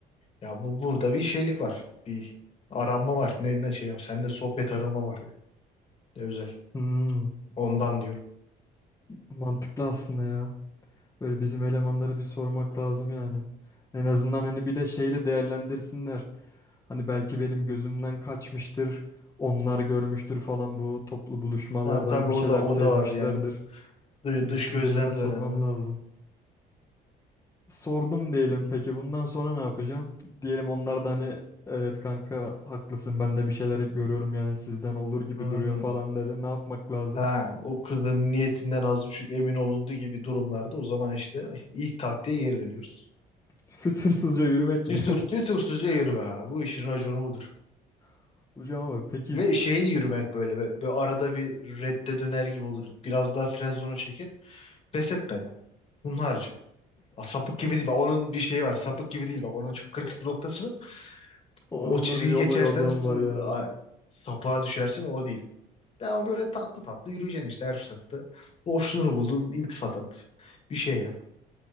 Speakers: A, on the left (about 35°); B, on the left (about 20°).
A: ya bu burada bir şeylik var. Bir aranma var. Ne, ne şey yap. Sende sohbet arama var yani. Ne özel.
B: Hmm,
A: Ondan diyorum.
B: mantıklı aslında ya. Böyle bizim elemanlara bir sormak lazım yani. En azından hani bir de şeyi de değerlendirsinler. Hani belki benim gözümden kaçmıştır. Onlar görmüştür falan bu toplu buluşmalarda
A: Ha tabii
B: hani bir şeyler
A: o da o
B: sezmişlerdir.
A: da var yani. Dı-
B: Bir
A: Dış
B: düşüncelerini
A: gözlem
B: sormam
A: de önemli.
B: lazım. Sordum diyelim
A: <laughs>
B: peki bundan sonra ne yapacağım? Diyelim onlar da hani evet kanka haklısın ben de bir şeyleri görüyorum yani sizden olur gibi
A: Hmm.
B: duruyor falan dedi. Ne yapmak lazım?
A: Ha, o kızın niyetinden az buçuk emin olunduğu gibi durumlarda o zaman işte ilk taktiğe geri dönüyoruz.
B: <laughs> Fütursuzca yürümek
A: Tütür,
B: mi?
A: tütürsüzce yürüme abi. Bu işin raconu budur.
B: <laughs> Hocam ama peki
A: Ve şey yürümek böyle. Ve, ve arada bir redde döner gibi olur. Biraz daha fren zonu çeker, Pes etmeden. Hunharca. Aa, sapık gibi değil. Bak, onun bir şeyi var. Sapık gibi değil. Bak onun çok kritik
B: <laughs>
A: bir noktası var.
B: Onun
A: O, o çizgiyi
B: da bir yolu
A: geçersen
B: yordamı
A: s-
B: var yani.
A: a- sapığa düşersin. O değil. Ama böyle tatlı tatlı yürüyeceksin işte her fırsatta. Boşluğunu buldun. iltifat at. Bir şey yap.